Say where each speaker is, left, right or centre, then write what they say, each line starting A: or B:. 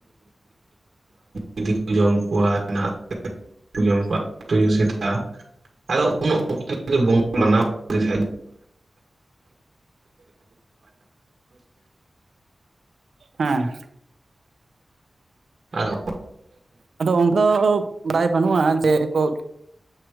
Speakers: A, on the right; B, on the right.
A: ᱜᱤᱫᱤ ᱠᱚ ᱡᱚᱢ ᱠᱚᱣᱟ᱾ ᱱᱟᱜ ᱡᱚᱢᱠᱚᱣᱟ ᱛᱩᱭᱩ ᱥᱮᱛᱟ ᱟᱫᱚ ᱩᱱ ᱚᱠᱛᱚ ᱨᱮ ᱵᱚᱸ ᱢᱟᱱᱟᱣ <inaudible> ᱦᱳᱭᱥᱮ?
B: ᱦᱮᱸ
A: ᱟᱫᱚ
B: ᱟᱫᱚ ᱚᱱᱫᱚ ᱵᱟᱲᱟᱭ ᱵᱟᱹᱱᱩᱜᱼᱟ ᱡᱮ ᱠᱚ